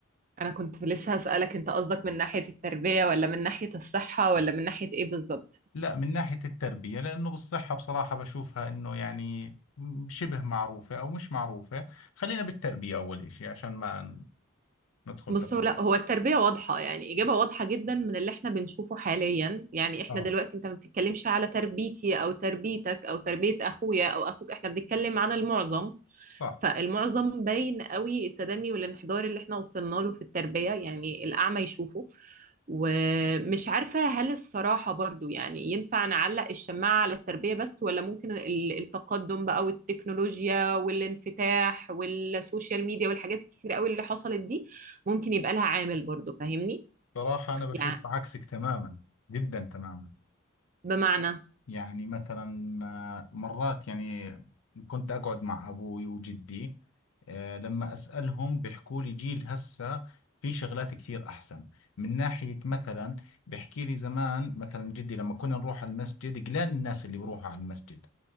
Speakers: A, on the right (about 35°); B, on the left (about 75°).
A: انا كنت لسه هسألك انت قصدك من ناحية التربية ولا من ناحية الصحة ولا من ناحية ايه بالظبط
B: لا من ناحية التربية لأنه بالصحة بصراحة بشوفها إنه يعني م- شبه معروفة أو مش معروفة خلينا بالتربية أول إشي عشان ما ندخل
A: بص
B: تفاصيل
A: هو لا هو التربية واضحة يعني إجابة واضحة جدا من اللي احنا بنشوفه حاليا يعني احنا
B: آه
A: دلوقتي انت ما بتتكلمش على تربيتي أو تربيتك أو تربية أخويا أو أخوك احنا بنتكلم عن المعظم
B: صح
A: فالمعظم باين قوي التدني والانحدار اللي احنا وصلنا له في التربية يعني الأعمى يشوفه ومش عارفة هل الصراحة برضو يعني ينفع نعلق الشماعة على التربية بس ولا ممكن ال- التقدم بقى والتكنولوجيا والانفتاح والسوشيال ميديا والحاجات الكتير قوي اللي حصلت دي ممكن يبقى لها عامل برضو فاهمني
B: صراحة أنا بشوف
A: يعني
B: عكسك تماما جدا تماما
A: بمعنى
B: يعني مثلا آه، مرات يعني كنت أقعد مع أبوي وجدي آه، لما أسألهم بيحكوا لي جيل هسه في شغلات كثير أحسن من ناحية مثلا بيحكي لي زمان مثلا جدي لما كنا نروح على المسجد قلال الناس اللي بيروحوا على المسجد